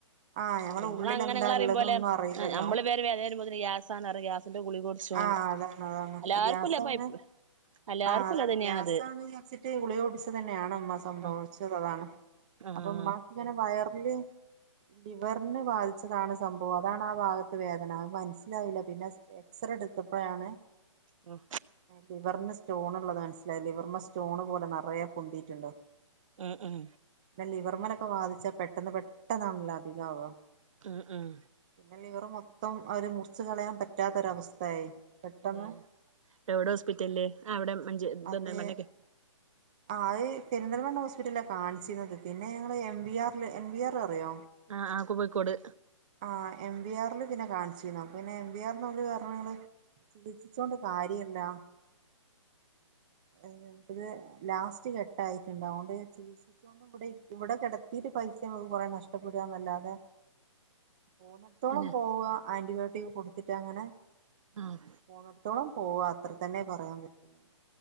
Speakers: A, on the right; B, on the right.
A: ആഹ് ഞമ്മളെ
B: നമ്മളങ്ങനെ
A: ഉള്ളിലെന്താ
B: ഇങ്ങളറിയും
A: ഇള്ളത്
B: പോലെ
A: ഒന്നും അറീല്ലല്ലോ?
B: നമ്മള് പേര് വേദന വരുമ്പോത്തിന് ഗ്യാസാന്ന് പറയും ഗ്യാസിന്റെ ഗുളിക കുടിച്ചും
A: ആഹ് അതാണ് അതാണ്
B: എല്ലാർക്കുല്ല
A: ഗ്യാസാണ്
B: പൈപ്പ് എല്ലാർക്കും
A: ആഹ് അതാണ്
B: ഉള്ളത് തന്നെയാണത്
A: ഗ്യാസാണ് വിചാരിച്ചിട്ട് ഗുളിക കുടിച്ചതന്നെയാണ് ഇമ്മാക്ക് സംഭവിച്ചത്
B: ആഹ്
A: അതാണ്.
B: ആഹ്
A: അപ്പൊ ഇമ്മാക്ക് ഇങ്ങനെ വയറില്. ലിവറിന് ബാധിച്ചതാണ് സംഭവം അതാണ് ആ ഭാഗത്ത് വേദന അത് മനസ്സിലായില്ല പിന്നെ സ്കാ എക്സറ എടുത്തപ്പഴയാണ്.
B: ഉം
A: ലിവറിന് സ്റ്റോൺ ഇള്ളത് മനസ്സിലായത് ലിവറിമ്മെ സ്റ്റോണ് പോലെ നിറയെ പൊന്തിയിട്ട്ണ്ട്
B: ഉം ഉം
A: പിന്നെ ലിവർമ്മലൊക്കെ ബാധിച്ചാ പെട്ടെന്ന് പെട്ടെന്നാണല്ലോ അധികാവാ
B: ഉം ഉം.
A: പിന്നെ ലിവർ മൊത്തം ആ ഒര് മുറിച്ച് കളയാൻ പറ്റാത്തൊരവസ്ഥയായി പെട്ടെന്ന്.
B: പിന്നെ എവിടെ ഹോസ്പിറ്റൽല് ആഹ് വെടെ മഞ്ചേ
A: അതെ.
B: പെരിന്തൽമണ്ണക്ക്
A: ആഹ് അത് പെരിന്തൽമണ്ണ ഹോസ്പിറ്റൽലാ കാണിച്ചീര്ന്നത്. പിന്നെ ഞങ്ങൾ എം വി ആർ ല്, എം വി ആർ അറിയോ?
B: ആഹ് ആഹ് കോബിക്കോട്.
A: ആഹ് എം വി ആർ ല് പിന്നെ കാണിച്ചീന്നു. അപ്പപിന്നെ എം ബി ആർ ന്ന് ഓല് പറഞ്ഞ് ങ്ങള് ചികിത്സിച്ചോണ്ട് കാര്യല്ല. ഏഹ് നമുക്ക്ത് ലാസ്റ്റ് ഘട്ടായിട്ട്ണ്ട് അവോണ്ട് ചികിത്സി ച്ചോണ്ട് ഇവടെയ് ഇവടെ കെടത്തീട്ട് പൈസ ഞമക്ക് കൊറേ നഷ്ടപ്പെടാന്ന് അല്ലാതെ. പോവുന്നിടത്തോളം
B: പിന്നെ
A: പോവാ ആന്റിബയോട്ടിക് കൊടുത്തിട്ട് അങ്ങനെ.
B: ആഹ്.
A: പോണോട്ത്തോളം പോവാ അത്ര തന്നെ പറയാൻ പറ്റുള്ളൂ.